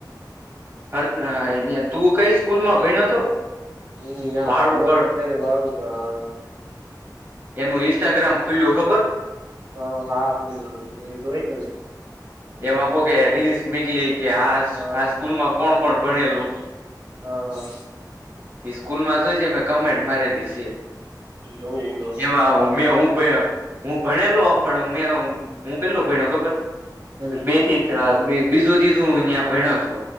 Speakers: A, on the right; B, on the right.
A: હરતા આઈ ગયા તું કઈ સ્કૂલ માં ભયનો હતો.
B: હમ્મ યાં
A: વાળુકળ
B: લોકવિદ્યાલય વાળું આ
A: એનું ઇન્સ્ટાગ્રામ ખુલ્યું ખબર.
B: હો હા ખોલ્યું હતો જોઈ <unintelligible>
A: એમાં કોકે રીલ્સ નીકલી કે આ
B: હા
A: આ સ્કૂલમાં કોણ કોણ ભણેલું.
B: હા હા.
A: એ સ્કૂલમાં જોય છે મેં કમેન્ટ મારેલી છે
B: જોવું જો
A: એમાં મે હું હું ભણે હું ભણેલો પણ મેં હું કેટલો ભણ્યો ખબર
B: ચાલું
A: બેથી બીજું તીજું હું ત્યાં ભણ્યો છો.